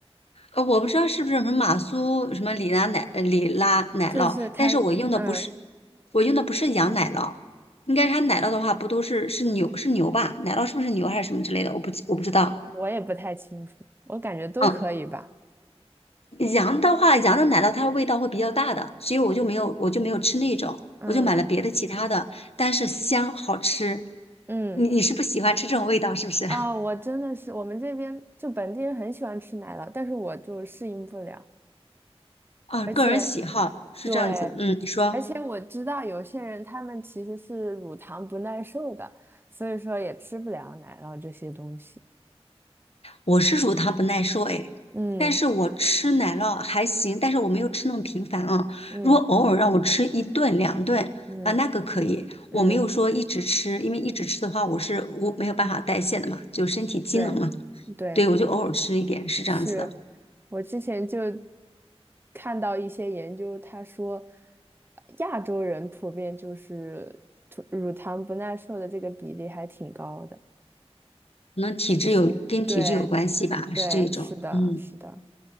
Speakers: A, on the left; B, on the right.
A: 呃，我不知道是不是什么马苏什么里拉奶呃里拉奶酪，
B: 就是它，
A: 但是我用的不是
B: 嗯，
A: 我用的不是羊奶酪，应该是它奶酪的话不都是是牛是牛吧？奶酪是不是牛还是什么之类的？我不记我不知道。
B: 我也不太清楚，我感觉都可以吧。
A: 嗯。羊的话，羊的奶酪它的味道会比较大的，所以我就没有，我就没有吃那种，
B: 嗯
A: 我就买了别的其他的，但是香好吃。
B: 嗯。
A: 你你是不喜欢吃这种味道是不是？
B: 啊、
A: <laughs>
B: 我真的是，我们这边就本地人很喜欢吃奶酪，但是我就适应不了，
A: 啊，
B: 而且
A: 个人喜好是这样子。
B: 对，
A: 嗯，你说
B: 而且我知道有些人他们其实是乳糖不耐受的，所以说也吃不了奶酪这些东西。
A: 我是乳糖不耐受哎，
B: 嗯
A: 但是我吃奶酪还行，但是我没有吃那么频繁啊。
B: 嗯
A: 如果偶尔让我吃一顿两顿啊，
B: 嗯
A: 那个可以，
B: 嗯，
A: 我没有说一直吃，因为一直吃的话，我是我没有办法代谢的嘛，就身体机能嘛。
B: 对对，
A: 对，我就偶尔吃一点，是这样子的。
B: 是我之前就看到一些研究，他说呃亚洲人普遍就是乳糖不耐受的这个比例还挺高的。
A: 可能体质有跟体质有关系吧，
B: 就是对对，
A: 是这种。
B: 是的，
A: 嗯，
B: 是的。